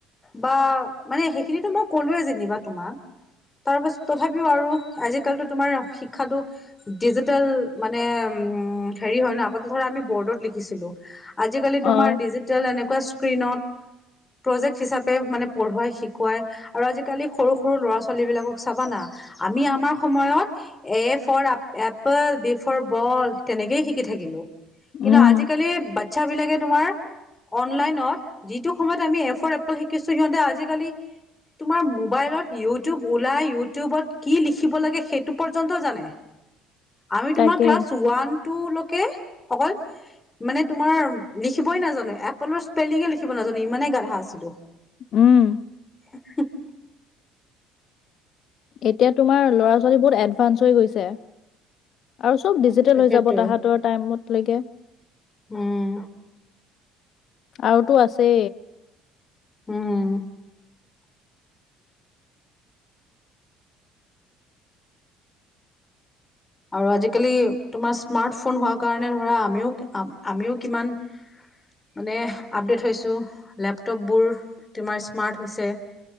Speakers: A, on the left (about 20°); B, on the left (about 60°).
A: বা মানে সেইখিনিটো মই ক'লোয়ে যেনিবা তোমাক। তাৰপাছ তথাপিও আৰু আজিকালিতো তোমাৰ শিক্ষাটো ডিজিটেল মানে উম' হেৰি হয় ন, আগতে ধৰা আমি বৰ্ডত লিখিছিলো। আজিকালি তোমাৰ
B: অ
A: ডিজিটেল এনেকুৱা স্ক্ৰিণত প্ৰজেক্ট হিচাপে মানে পঢ়ুৱাই, শিকুৱাই আৰু আজিকালি সৰু সৰু ল'ৰা-ছোৱালী বিলাকক চাবানা, আমি আমাৰ সময়ত A for apple B for ball তেনেকেই শিকি থাকিলো। কিন্তু
B: উম
A: আজিকালি বাচ্ছাবিলাকে তোমাৰ অনলাইনত, যিটো সময়ত আমি এ ফৰ এপল শিকিছো সিহঁতে আজিকালি তোমাৰ মোবাইলত ইউটিউব ওলাই ইউটিউবত কি লিখিব সেই পৰ্যন্ত জানে, আমি
B: তাকেই
A: তোমাৰ ক্লাছ ওৱান টোলৈকে অকল মানে তোমাৰ লিখিবই নাজানো, এপলৰ স্পেলিঙে লিখিব নাজানো ইমানেই গাধা আছিলো।
B: উম।
A: <unintelligible>
B: এতিয়া তোমাৰ ল'ৰা-ছোৱালী বহুত এডভান্স হৈ গৈছে। আৰু সব ডিজিটেল
A: তাকেতো।
B: হৈ যাব তাহঁতৰ টাইমতলৈকে।
A: হুম।
B: আৰু তো আছে।
A: হুম। আৰু আজিকালি তোমাৰ স্মাৰ্ট ফোন হোৱা কাৰণে ধৰা আমিও আমিও কিমান মানে আপডেট হৈছো লেপটপবোৰ তোমাৰ স্মাৰ্ট হৈছে।